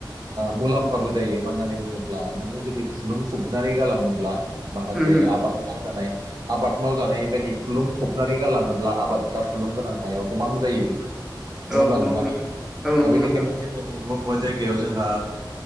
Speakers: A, on the right; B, in the centre.
A: मुलाम्फाबो जायो मानो होननानै बुङोब्ला नोङो जुदि फुलुं फुब खुरनानै गालाङोब्ला माखासे
B: उम उम
A: आबाद मावजानाय आबाद मावजानाय बायदि फुलुं फबनानै गालाङोब्ला आबादफ्रा फुलुंगोनां हायाव गोबां जायो नङा
B: औ
A: होमब्ला
B: नंगौ
A: नोंथां
B: न औ
A: दा
B: नंगौ
A: बेनिखायनो
B: नोंथां।
A: जोङो बबेबा बबेबा जायगायाव जोंहा